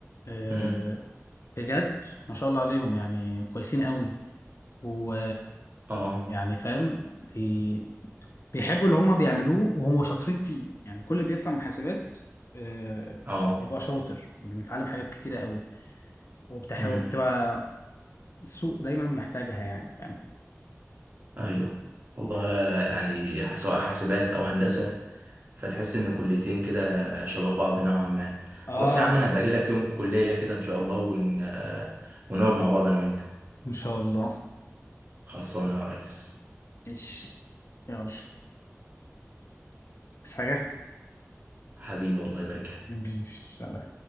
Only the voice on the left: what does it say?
آه،
بجد ما شاء الله عليهم يعني كويسين قوي و
يعني فاهم بي... بيحبوا اللي هما بيعملوه وهم شاطرين فيه يعني كل اللي بيطلع من حاسبات آه،
بيبقى شاطر بيتعلم حاجات كتيرة قوي وبتح...
وبتبقى السوق دايما محتاجها يعني فاهم
اه
ان شاء الله
ماشي يلا بس حاجة
مفيش سلام